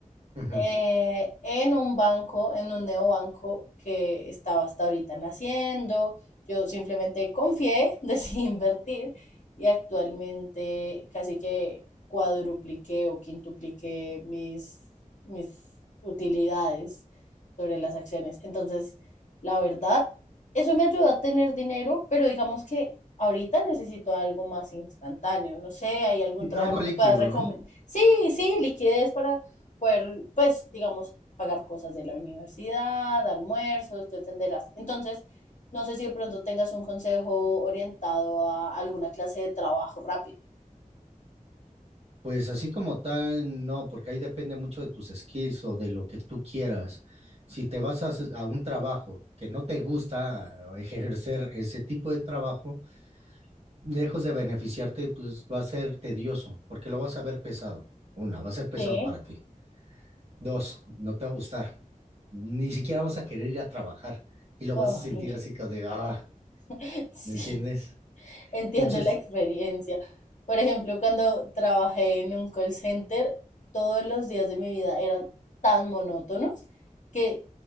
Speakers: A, on the right (about 50°); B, on the left (about 60°).
A: Ujú.
B: eh, en un banco, en un neobanco que estaba hasta ahorita naciendo. Yo simplemente confié, <laughs> decidí invertir y actualmente casi que cuadrupliqué o quintupliqué mis, mis utilidades sobre las acciones. Entonces, la verdad, eso me ayuda a tener dinero, pero digamos que ahorita necesito algo más instantáneo. No sé, ¿hay algún
A: Y
B: trabajo
A: Algo líquido,
B: que puedas recomendar?
A: ¿no?
B: Sí, sí, liquidez para poder, pues, digamos, pagar cosas de la universidad, almuerzos, tú entenderás. Entonces, no sé si de pronto tengas un consejo orientado a alguna clase de trabajo rápido.
A: Pues así como tal, no, porque ahí depende mucho de tus skills o de lo que tú quieras. Si te vas a, hacer- a un trabajo que no te gusta eh, ejercer ese tipo de trabajo, lejos de beneficiarte, pues va a ser tedioso, porque lo vas a ver pesado. Una, va a ser pesado
B: Sí.
A: para ti. Dos, no te va a gustar. Ni siquiera vas a querer ir a trabajar y lo
B: Ay,
A: vas a sentir así como de, ah,
B: <laughs> sí.
A: ¿me entiendes?
B: entiendo
A: Entonces,
B: la experiencia. Por ejemplo, cuando trabajé en un call center, todos los días de mi vida eran tan monótonos que